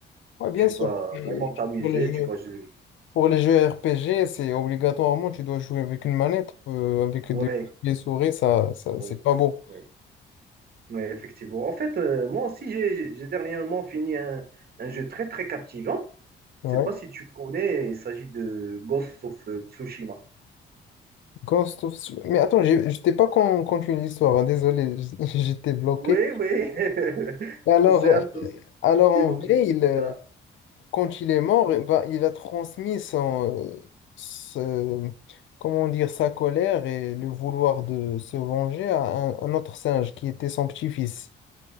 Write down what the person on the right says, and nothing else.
tu vas
vraiment t'amuser.
Tu
vas jouer.
oui
oui
oui ouais, effectivement. En fait, euh, moi aussi, j'ai j'ai dernièrement fini un, un jeu très, très captivant.
Je ne sais pas si tu connais, il s'agit de Ghost of euh, Tsushima.
Oui, oui. <laughs>
On s'est hâte de ce
sujet,
donc
j'écoute.
on
a-